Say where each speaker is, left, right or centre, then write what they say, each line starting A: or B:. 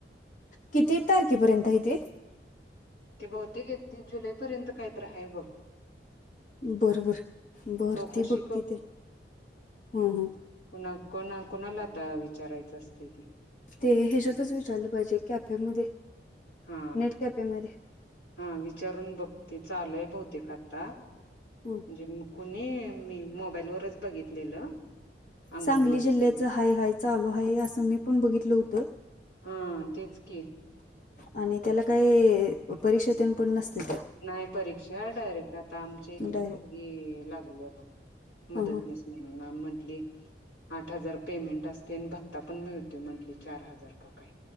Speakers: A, on the left; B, on the left.
A: किती तारखेपर्यंत आहे तेे.
B: ते बहुते ती जुलैपर्यंत काहीत राहाय बघ.
A: बरबर बर
B: चौकशी
A: त बघती ते ह ह.
B: कणा कोणा कुणाला आता विचारायचं असते.
A: ते ह्याच्यातच विचारलं पाहिजे कॅपे मध्ये
B: हा
A: नेट कॅपे मध्ये.
B: हा विचारून बघते चालू आहे बहुतेक आता.
A: हम.
B: म्हणजे कुणी मी मोबाईलवरच बघितलेलं. अंगणवाडी
A: सांगली जिल्ह्याच
B: सेवेत
A: हाय हाय चालू हाय असं मी पण बघितलं होतं.
B: हा तेच की.
A: आणि त्याला काही परीक्षा तेण पण नसते त्या‌.
B: नाही परीक्षा डायरेक्ट आता आमच्या इथली
A: डायरेक्ट
B: मुलगी लागली बघ मदतनिस.
A: हां हां
B: नाम म्हंटली. आठ हजार पेमेंट असते आणि भत्ता पण मिळतोय म्हंटली चार हजार का काही.